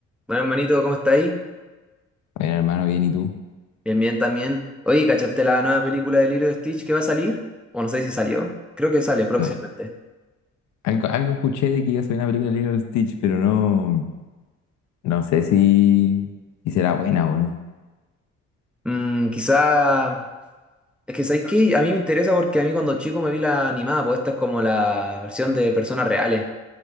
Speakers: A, in the centre; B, on the left.
A: Bueno, hermanito, ¿cómo está ahí?
B: Bueno, hermano, bien, ¿y tú?
A: Bien, bien también. Oye, ¿cachaste la nueva película de Lilo y Stitch que va a salir? O no sé si salió. Creo que sale próximamente.
B: No, algo, algo escuché de que iba a salir una película de Lilo Stitch, pero no, no sé si, si será buena, weón.
A: Mm, quizá... Es que sabéis que a mí me interesa porque a mí cuando chico me vi la animada, pues esta es como la versión de personas reales.